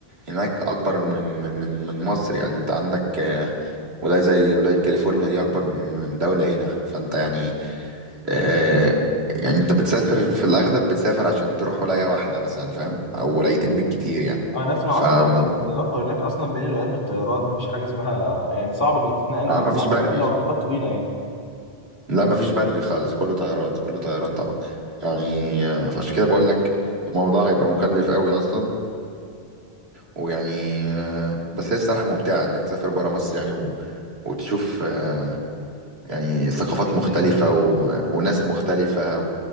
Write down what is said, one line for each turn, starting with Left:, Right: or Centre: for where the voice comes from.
Right: هناك اكبر من من من من مصر يعني انت عندك آه، ولاية زي ولاية كاليفورنيا دي اكبر من دولة هنا فانت يعني آه، يعني انت بتسافر في الاغلب بتسافر عشان تروح ولاية واحدة مثلا فاهم او ولايتين بالكتير يعني
Left: انا اسمع
Right: فما
Left: اصلا اقول لك ان التنقل هناك اصلا بين الولايات بالطيارات مفيش حاجه اسمها يعني صعب انك تتنقل بالعربيات
Right: آه، ما فيش بري
Left: الا مسافات طويله يعني
Right: لا مفيش بري خالص كله طيران كله طيران طبعا يعني آه، فعشان كده بقول لك الموضوع هيبقى مكلف قوي اصلا ويعني آه، بس هي الصراحه ممتعه انك تسافر برا مصر يعني و... وتشوف آه، يعني ثقافات
Left: اماكن
Right: مختلفه
Left: جديده
Right: و... وناس مختلفه